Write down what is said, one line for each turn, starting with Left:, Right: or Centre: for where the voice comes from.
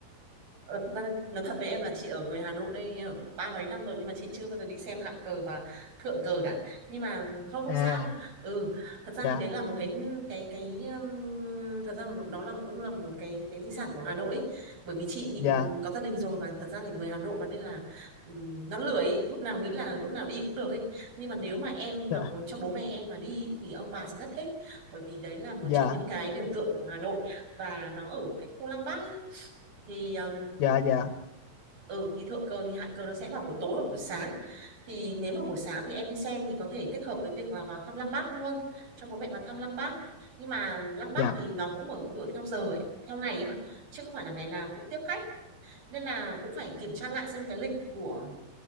Right: Ờ, thật ra nói thật với em là chị ở người Hà Nội đây em ở ba mấy năm rồi nhưng mà chị chưa bao giờ đi xem hạng cờ và thượng cờ cả nhưng mà không không
Left: à
Right: sao ừ thật ra
Left: dạ
Right: thì đấy là một cái cái cái um, thật ra một- đó là cũng là một cái cái di sản của Hà Nội ấy. Bởi vì chị thì
Left: dạ
Right: ừ, có gia đình rồi và thật ra thì người Hà Nội mà nên là um, nó lười ấy. lúc nào nghĩ là lúc nào đi cũng được ấy nhưng mà nếu mà em mà
Left: <laughs>
Right: muốn cho bố mẹ em mà đi ý, thì ông bà sẽ rất thích bởi vì đấy là một
Left: dạ
Right: trong những cái biểu tượng của Hà Nội và nó ở cái khu Lăng Bác ấy thì um,
Left: dạ dạ
Right: ừ thì thượng cờ thì hạ cờ nó sẽ vào buổi tối hoặc buổi sáng thì nếu mà buổi sáng thì em đi xem thì có thể kết hợp với việc là vào thăm Lăng Bác luôn cho bố mẹ vào thăm Lăng Bác nhưng mà Lăng Bác
Left: dạ
Right: thì nó cũng mở cửa theo giờ ấy, theo ngày ấy mà chứ không phải là ngày nào cũng tiếp khách nên là cũng phải kiểm tra lại xem cái lịch của